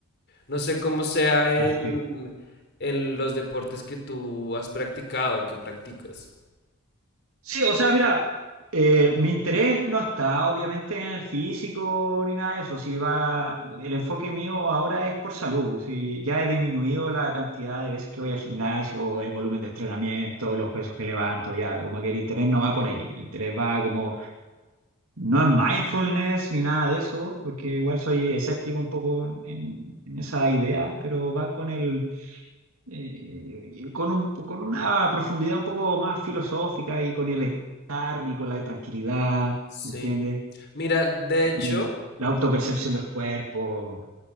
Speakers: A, on the left (about 50°); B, on the right (about 75°).
A: No sé cómo sea en,
B: perfecto.
A: en los deportes que tú has practicado, que practicas.
B: Sí, o sea, mira, eh, mi interés no está obviamente en el físico ni nada de eso. Si va, el enfoque mío ahora es por salud. Si ya he disminuido la cantidad de veces que voy al gimnasio, el volumen de entrenamiento, los pesos que levanto, ya, como que el interés no va por ahí. El interés va como, no en mindfulness ni nada de eso, porque igual soy escéptico un poco en, en esa idea, pero va con el, eh, con un- con una profundidad un poco más filosófica y con el y con la tranquilidad,
A: Sí.
B: ¿me entiendes?
A: Mira, de
B: Y
A: hecho,
B: con el, la autopercepción del cuerpo,